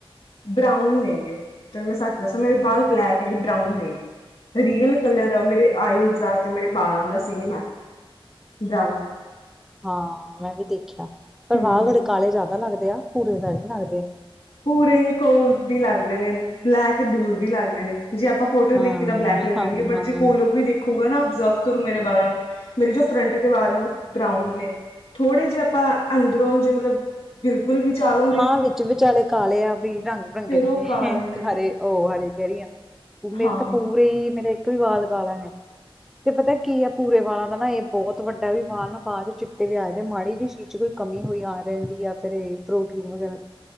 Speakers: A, on the left; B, in the centre.
A: ਬਰਾਊਨ ਨੇਗੇ। ਹੈ, ਮੈਂ ਸੱਚ ਦੱਸਾਂ ਮੇਰੇ ਬਾਲ ਬਲੈਕ ਨ, ਬਰਾਊਨ ਨੇ ਰੀਅਲ ਕਲਰ ਮੇਰੇ ਆਈ ਦਾ ਤੇ, ਮੇਰੇ ਬਾਲਾਂ ਦਾ ਸੇਮ ਹੈ ਦਊ।
B: ਹਾਂ। ਮੈਂ ਵੀ ਦੇਖਿਆ ਪਰ
A: ਹਮ
B: ਵਾਹ ਮਰੇ ਕਾਲੇ ਜ਼ਿਆਦਾ ਲੱਗਦੇ ਆ, ਪੂਰੇ ਗ ਵੀ ਲੱਗਦੇ ਇਨੇ।
A: ਭੂਰੇ ਕੋਲ ਦੀ ਲੱਗਦੇ ਨੇ, ਬਲੇਕ ਦੂਰ ਦੀ ਲੱਗਦੇ ਨੇ ਜੇ ਆਪਾਂ ਫੋਟੋ ਦੇਖੀ
B: ਹਾਂ,
A: ਤਾਂ ਬਲੈਕ ਲੱਗਣਗੇ
B: ਹਾਂ,
A: ਬਟ
B: ਹਾਂ,
A: ਜੇ ਕੋਲ
B: ਹਾਂ।
A: ਵੀ ਦੇਖ ਖੂਗਾ ਨਾ ਓਬਜ਼ਰਵ ਕਰੂ ਮੇਰੇ ਬਾਲਾਂ ਨੂੰ, ਮੇਰੇ ਜੋ ਫਰੰਟ ਦੇ ਬਾਲ ਨੇ ਉਹ ਬਰਾਊਨ ਨੇ। ਥੋੜੇ ਜਿ ਆਪਾਂ ਅੰਦਰੋਂ ਜੇ ਮਤਲਬ ਬਿਲਕੁਲ ਵੀ ਚਾਲ
B: ਹਾਂ ਵਿੱਚ ਵਿਚਾਲੇ ਕਾਲੇ ਆ ਵੀ ਰੰਗ ਬਿਰੰਗ
A: ਫੇਰ
B: ਜਿਣੇ
A: ਉਹ ਕਾਲੇ ਨੇ
B: ਹਰੇ। ਉਹ ਹਾਲ ਕਹਿ ਰਹੀ ਆ ਮੇਰੇ
A: ਹਾਂ
B: ਤਾਂ ਪੂਰੇ ਹੀ ਮੇਰਾ ਇੱਕ ਵੀ ਵਾਲ ਕਾਲਾ ਹੈ ਨਾ। ਤੇ ਪਤਾ ਕੀ ਆ ਭੂਰੇ ਵਾਲਾਂ ਦਾ ਨਾ ਇਹ ਬਹੁਤ ਵੱਡਾ ਵੀ ਵਾਲ ਨਾ ਬਾਲ ਚ' ਚਿੱਟੇ ਵੀ ਆਜਦੇ ਮਾੜੀ ਵੀ ਸ਼ੀ ਚ' ਕੋਈ ਕਮੀ ਹੋਈ ਆ ਰਹਿੰਦੀ ਆ ਫਿਰ ਇਹ ਪ੍ਰੋਟੀਨ ਵਗੈਰਾ ਦੀ।